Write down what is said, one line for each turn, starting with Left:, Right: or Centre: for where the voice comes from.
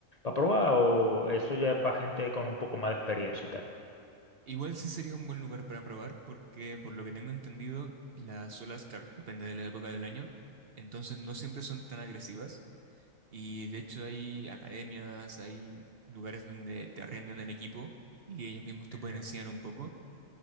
Left: probar, o eso ya es para gente con un poco más de experiencia y tal.
Right: igual sí sería un buen lugar para probar porque por lo que tengo entendido, las olas, claro, depende de la época del año, entonces no siempre son tan agresivas. Y de hecho hay academias, hay lugares donde te arriendan el equipo y ellos mismos te
Left: Ujú,
Right: pueden enseñar un poco.